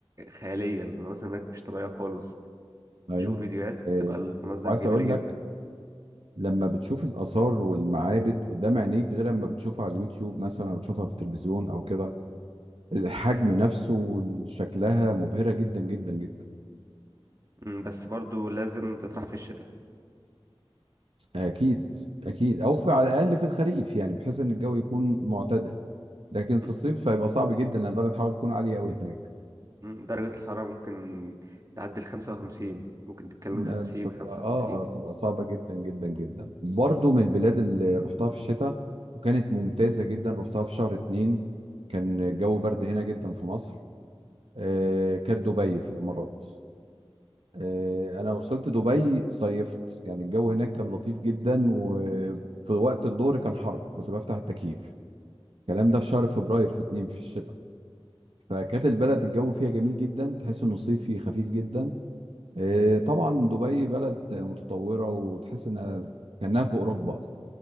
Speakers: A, on the right (about 35°); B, on the right (about 75°).
A: خيالية المناظر هناك مش طبيعية خالص
B: أيوه
A: بشوف فيديوهات بتبقى
B: آه،
A: المناظر
B: وعايز
A: جميلة
B: أقول
A: جدا
B: لك لما بتشوف الآثار والمعابد قدام عينيك غير لما بتشوفها على اليوتيوب مثلا أو تشوفها في التلفزيون أو كده الحجم نفسه شكلها مبهرة جدا جدا جدا
A: مم، بس برضو لازم تطرح في الشتاء
B: أكيد أكيد أو في على الأقل في الخريف يعني بحيث إن الجو يكون معتدل لكن في
A: مم،
B: الصيف هيبقى صعب جدا لأن درجة الحرارة تكون عالية أوي هناك
A: مم، درجة الحرارة ممكن تعدي الخمسة وخمسين ممكن تتكلم خمسين
B: آه، بتبقى
A: خمسة وخمسين
B: آه بتبقى صعبة جدا جدا جدا برضه من البلاد اللي رحتها في الشتاء وكانت ممتازة جدا رحتها في شهر اتنين كان الجو برد هنا جدا في مصر آه، كانت دبي في الامارات آه، انا وصلت دبي صيفت يعني الجو هناك كان لطيف جدا وفي وقت الظهر كان حر كنت بفتح التكييف الكلام ده في شهر فبراير في اتنين في الشتاء فكانت البلد الجو فيها جميل جدا تحس انه صيفي خفيف جدا آه، طبعا دبي بلد متطوره وتحس انها كانها في اوروبا